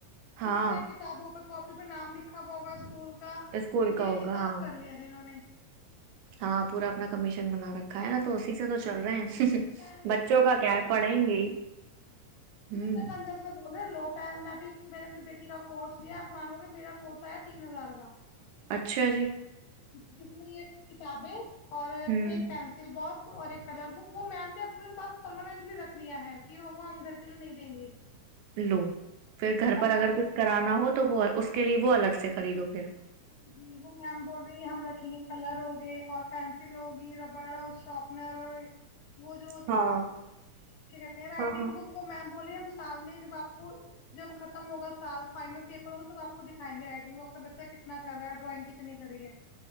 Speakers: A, on the right; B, on the left.
A: ہاں
B: اس پہ کتابوں پہ کاپی پھر نام لکھا پ ہوگا اسکول کا
A: اسکول کا
B: یہ
A: ہوگا
B: حساب
A: ہاں
B: کر لیا ہے انہوں نے
A: ہاں پورا اپنا کمیش بنا رکھا ہے نا تو اسی سے تو چل رہے ہیں
B: ل
A: بچوں
B: کا
A: کیا
B: پسل
A: ہے پڑھیں گے ہی ہوں
B: کا ک سے بول رہ لو پ میں بھی م نے اپنی بیٹی کا <unintelligible> کورس لیا آپ مانو گے میرا کورس آیا تین ہزار کا
A: اچھا جی
B: جی جس میں یہ کتاب ہے اور ایک
A: ہوں
B: پینسل باکس اور ایک کلر بک وہ میم نے اپنے پاس پرماننٹلی رکھ لیا ہے کہ وہ ہم گھر کے لیے نہیں دیں گے
A: لو پھر گھر
B: کلر
A: پر اگر کچھ کرانا ہو تو وہ اس اس کے لیے وہ الگ سے خریدو پھر
B: جی جی وہ میم بول رہی ہم رکھیں گے کلر ہوگے اور پینسل ہوگی ربڑ اور شارپنر اور وہ جو ہوتی
A: ہاں
B: ہے نا کیا کہتے ہیں رائٹنگ
A: ہاں ہاں
B: بک وہ میم بولی ہم سال میں جب آپ کو جب ختم ہوگا سال فائنل پیپر ہوگا تب آپ کو دکھائیں گے رائڈنگ اپنے بچہ کے کتنا کر رہا ہے ڈرائنگ کتنی کری ہے